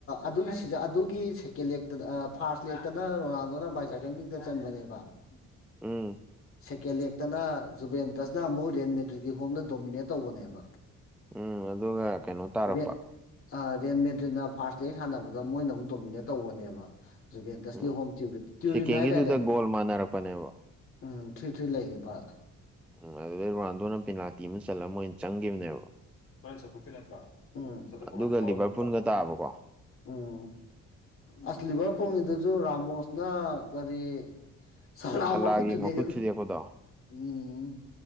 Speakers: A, on the left; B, in the centre.
A: ꯑꯗꯨꯒꯤ ꯁꯤꯗ ꯑꯗꯨꯒꯤ ꯁꯦꯀꯦꯟ ꯂꯦꯛꯇꯅ ꯐꯥꯔꯁ ꯂꯦꯛꯇꯅ ꯔꯣꯅꯥꯜꯗꯣꯅ ꯕꯥꯏꯁꯥꯏꯀꯦꯜꯒꯤꯛꯇ ꯆꯟꯕꯅꯦꯕ ꯎꯝ
B: ꯎꯝ
A: ꯁꯦꯀꯦꯟ ꯂꯦꯛꯇꯅ ꯖꯨꯕꯦꯟꯗꯁꯅ ꯑꯃꯨꯛ ꯔꯦꯟ ꯃꯦꯟꯗ꯭ꯔꯒꯤ ꯍꯣꯝꯗ ꯗꯣꯃꯤꯅꯦꯠ ꯇꯧꯕꯅꯦꯕ
B: ꯎꯝ ꯑꯗꯨꯒ ꯀꯩꯅꯣ ꯇꯥꯔꯛꯄ
A: ꯔꯦ ꯑ ꯔꯦꯟ ꯃꯦꯗ꯭ꯔꯤꯅ ꯐꯥꯔꯁꯠ ꯂꯦꯛ ꯁꯥꯟꯅꯕꯗ ꯃꯣꯏꯅ ꯑꯃꯨꯛ ꯗꯣꯃꯤꯅꯦꯠ ꯇꯧꯕꯅꯦꯕ ꯨꯖꯨꯒꯦꯜ ꯇꯁꯀꯤ
B: ꯎꯝ
A: ꯍꯣꯝ ꯇ꯭ꯌꯨꯔꯤꯠ ꯇꯤꯌꯨꯎꯔꯤꯜ
B: ꯁꯦꯀꯦꯟꯒꯤꯗꯨꯗ
A: ꯍꯥꯏꯗꯥꯏꯅꯦ
B: ꯒꯣꯜ ꯃꯥꯟꯅꯔꯛꯄꯅꯦꯕ
A: ꯎꯝ ꯊ꯭ꯔꯤ ꯊ꯭ꯔꯤ ꯂꯩꯕ
B: ꯎꯝ ꯑꯗꯨꯗꯩ ꯔꯣꯅꯥꯜꯗꯣꯅ ꯄꯦꯅꯥꯜꯇꯤ ꯑꯃ ꯆꯠꯂꯝꯣꯏ ꯑꯣꯏꯅ ꯆꯪꯈꯤꯕꯅꯦꯕ
A: ꯑꯩꯈꯣꯏꯅ ꯆꯠꯇꯨꯛꯇ ꯅꯠꯇ꯭ꯔꯥ ꯆꯠꯇꯨꯛꯄꯥꯟꯗ
B: ꯑꯗꯨꯒ ꯂꯤꯚꯔꯄꯨꯜꯒ ꯇꯥꯕꯀꯣ
A: ꯎꯝ ꯑꯁ ꯂꯤꯚꯔ ꯐꯣꯡꯉꯤꯗꯨꯁꯨ ꯔꯥꯝꯝꯕꯣꯁꯅ ꯀꯔꯤ ꯁꯜ ꯂ
B: ꯁꯂꯥꯒꯤ
A: ꯃꯈꯨꯠ ꯊꯨꯗꯦꯈ
B: ꯊꯨꯗꯦꯛꯄꯗꯣ
A: ꯎꯝ